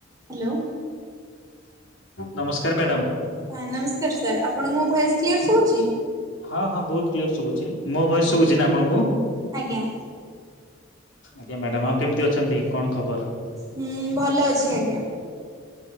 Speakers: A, on the right; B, on the left.
A: Hello.
B: ନମସ୍କାର madam.
A: ହଁ ନମସ୍କାର ସାର୍। ଆପଣଙ୍କୁ ମୁଁ ଭୟସ୍ କ୍ଲିୟର ଶୁଭୁଚି?
B: ହଁ ହଁ ବହୁତ କ୍ଲିୟର ସୁଭୁଚି। ମୋ ଭଏସ
A: ଆଜ୍ଞା।
B: ଶୁୁଛି ନା ଆପଣଙ୍କୁ?
A: ଆଜ୍ଞା
B: ଆଜ୍ଞା ମ୍ୟାଡାମ। ଆଉ କେମିତି ଅଛନ୍ତି କଣ ଖବର?
A: ହୁଁ ଭଲ ଅଛି ଆଜ୍ଞା।